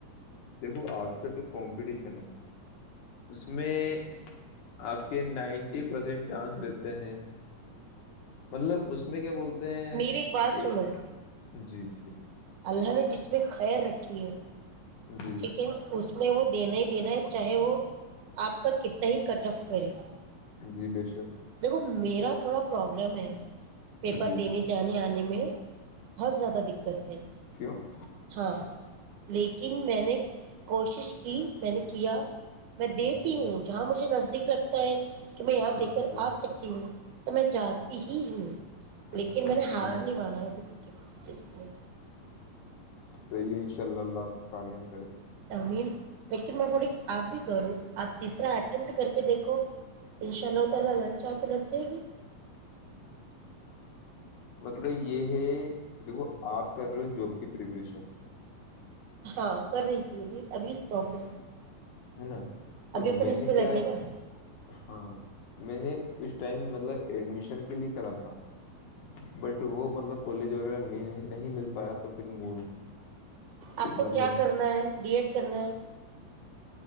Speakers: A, on the left; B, on the right.
A: دیکھو آج کل جو کمپٹیشن ا اس میں آپ کی نائنٹی پرسینٹ چانس رہتے ہیں مطلب اس میں کیا بولتے ہیں
B: میری ایک بات سنو
A: جی جی
B: اللہ نے جس میں خیر رکھی ہے
A: جی
B: ٹھیک ہے اس میں وہ دینا ہی دینا ہے چاہے وہ آپ کا کتنا ہی کٹ آف کرے
A: جی بے شک
B: دیکھو میرا تھوڑا پرابلم ہے پیپر
A: جی
B: دینے جانے آنے میں بہت زیادہ دقت ہے
A: ہ
B: ہاں لیکن میں نے کوشش کی میں نے کیا میں دیتی
A: اچھا
B: ہوں جہاں مجھے نزدیک لگتا ہے کہ میں یہاں دے
A: اچھا
B: کر آ سکتی ہوں ت میں جات <unintelligible> ہی ہ لیکن
A: اچھا
B: میں نے ہار
A: اچھا
B: نہیں مانا ابھی تک کے کسی چیز کو لے کے
A: صحیح ہے ان شاء اللہ اللہ آپ کامیاب کرے <unintelligible>
B: امین لیکن میں پوڑی <unintelligible> آپ بھی کرو آپ تیسرا اٹمپٹ کر کے دیکھو ان شاء اللہ تعالی لنچ آ تو لگ جائے گی
A: مطلب یہ ہے دیکھو آپ کر رہے ہو جاب کی پریپریشن <unintelligible>
B: ہاں کر رہی تھی ابھی ابھی اس پرابلم <unintelligible>
A: ہے نا <unintelligible> اور
B: ابھی اپن
A: میں نے کیا ہے
B: نا
A: ہاں میں نے اس <unintelligible> ٹائم مطلب ایڈمیشن کے لیے کرا <unintelligible> بٹ وہ مطلب کالج <unintelligible> وغیرہ نہیں مل پایا تو پھر موڈ <unintelligible>
B: آپ کو
A: مطلب
B: کیا کرنا ہے ڈی ایڈ کرنا ہے <unintelligible>